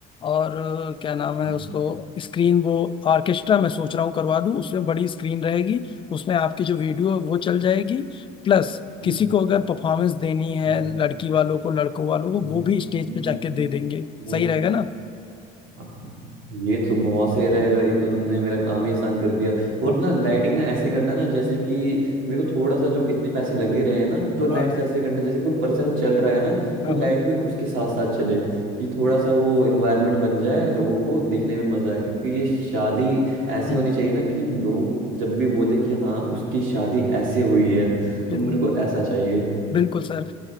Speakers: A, on the left (about 25°); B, on the right (about 70°).
A: और अ, क्या नाम है
B: हम्म,
A: उसको स्क्रीन वो ऑर्केस्ट्रा मैं सोच रहा हूँ करवा दूँ उसमें बड़ी स्क्रीन रहेगी उसमें आपकी जो वीडियो है वो चल जाएगी प्लस
B: हम्म,
A: किसी को अगर परफॉर्मेंस देनी है
B: हम्म,
A: लड़की वालों को लड़कों वालों को
B: हम्म,
A: वो भी स्टेज
B: हम्म,
A: पे जाके दे देंगे
B: हम्म,
A: सही रहेगा ना
B: हाँ, ये तो बहुत सही रहेगा ये तो तुमने मेरा काम ही आसान कर दिया और
A: हाँ हम्म,
B: ना लाइटिंग ना ऐसी करना ना जैसे कि मेरे को थोड़ा सा जब इतने पैसे लगे रहे हैं ना तो लाइट्स
A: हाँ हाँ
B: ऐसे करना जैसे कोई पर्सन चल रहा है ना
A: हाँ
B: तो लाइट
A: हाँ
B: भी उसके साथ साथ चले कि थोड़ा सा वो इन्वायरमेंट बन जाए लोगों को देखने में मजा आए क्योंकि ये शादी ऐसी
A: हम्म,
B: होनी
A: हम्म,
B: चाहिए ना कि लोग जब भी बोले कि हाँ उसकी शादी ऐसे हुई है
A: बिल-
B: तो मेरे को ऐसा चाहिए
A: बिल्कुल सर